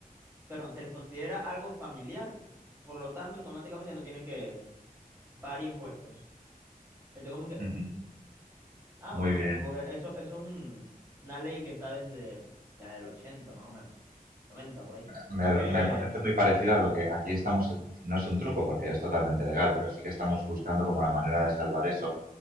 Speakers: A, on the right; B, on the right.
A: perdón, se les considera algo familiar, por lo tanto, automáticamente no tienen que pagar impuestos. Entonces, como que,
B: Ujú,
A: ah, ah,
B: Muy
A: bueno,
B: bien.
A: porque eso, eso es un- una ley que está desde, desde el 80 más o menos, 90 por ahí.
B: Me,
A: Eh,
B: me parece muy parecido a lo que aquí estamos, no es un truco porque es totalmente legal, pero sí que estamos buscando como la manera de salvar eso